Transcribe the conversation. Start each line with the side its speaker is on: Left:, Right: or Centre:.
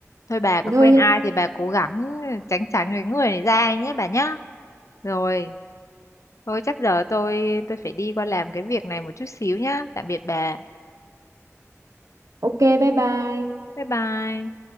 Left: thôi bà có
Right: thì thôi
Left: quen
Right: nhá
Left: ai thì bà cố gắng tránh tránh cái người này ra đi nhé bà nhá rồi thôi chắc giờ tôi tôi phải đi qua làm cái việc này một chút xíu nhá tạm biệt bà
Right: ok bye bye
Left: bye bye